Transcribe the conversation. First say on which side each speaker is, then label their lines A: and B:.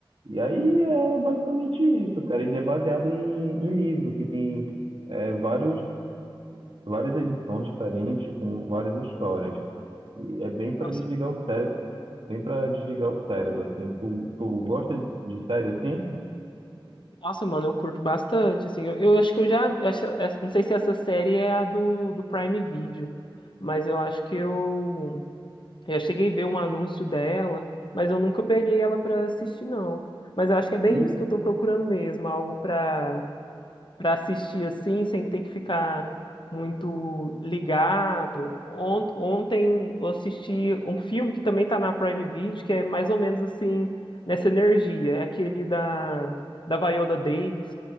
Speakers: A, on the right (about 70°); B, on the left (about 60°).
A: E aí é basicamente isso, cara. Ele é baseado em um livro que tem é, vários, várias edições diferentes com várias histórias. E é bem para
B: Nossa,
A: desligar o cérebro, bem para desligar o cérebro, assim. Tu, tu gosta de série assim?
B: nossa, mano, eu curto bastante, assim. Eu, eu acho que eu já, acho- é, não sei se essa série é a do, do Prime Video, mas eu acho que eu Eu cheguei a ver um anúncio dela, mas eu nunca peguei ela pra assistir, não. Mas eu acho que é bem
A: E
B: isso que eu tô procurando mesmo, algo pra para assistir assim, sem ter que ficar muito ligado. On- Ontem eu assisti um filme que também tá na Prime Video, que é mais ou menos assim, nessa energia. É aquele da, da Viola Davis,